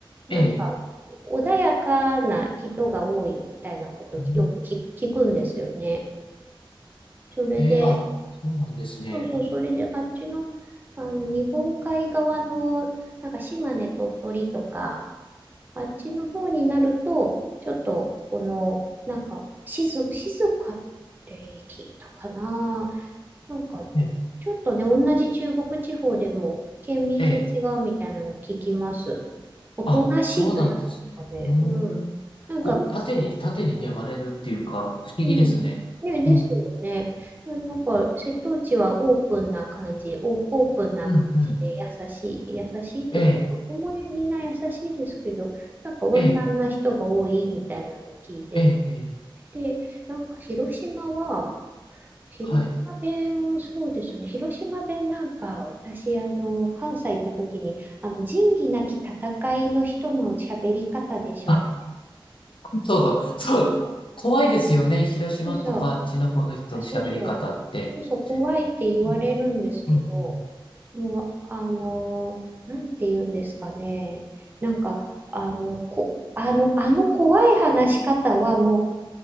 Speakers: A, on the right; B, on the left.
A: なんか、
B: え、ええ、
A: 穏やかな人が多いみたいなことよく聞聞くんですよね。
B: うん
A: それで、
B: ええあ、そうなんですね。
A: そうそう、それであっちの、あの日本海側のなんか島根、鳥取とか、あっちの方になると、ちょっと、この、なんか、静、静かって聞いたかな。なんか、
B: ええ、
A: ちょっとね、同じ中国地方でも、県民性違うみたいなの聞きます。
B: ええ
A: おとなしいというかね、
B: あ、そうなんですね。うーん。
A: うん。なんか、
B: こう、縦に、縦にね、割れるっていうか、不思議ですね。
A: うん。ね、ですよね。
B: うん、
A: なんか、瀬戸内はオープンな感じ、オー、オープンな感じで優しい、
B: うん、うん。
A: 優しいというか、
B: ええ、
A: どこもみんな優しいですけど、なんか温暖な人が多いみたいなのを聞いて
B: ええ、ええ、ええ
A: て、なんか広島は、広島弁、
B: はい。
A: そうですね、広島弁なんか、私、あの、関西行った時に、あの、仁義なき戦いの人の喋り方でしょ。
B: あ、そうそう、そう。怖いですよね。広島とかあっちの方の人の喋り方って。
A: そうそう、あ、そうそう。そうそう、怖いって言われるんですけど、
B: ねうん、うん、
A: もう、あの、なんて言うんですかね。なんか、あの、こ、あの、あの怖い話し方はもう